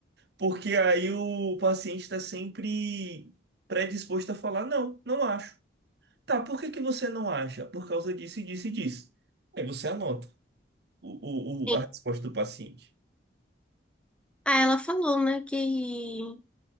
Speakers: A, on the right; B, in the centre.
A: Porque aí o paciente está sempre predisposto a falar, não, não acho. Tá, por que que você não acha? Por causa disso, e disso e disso. Aí você anota o,
B: Sim.
A: o, o- a resposta do paciente.
B: Ah, ela falou, né, que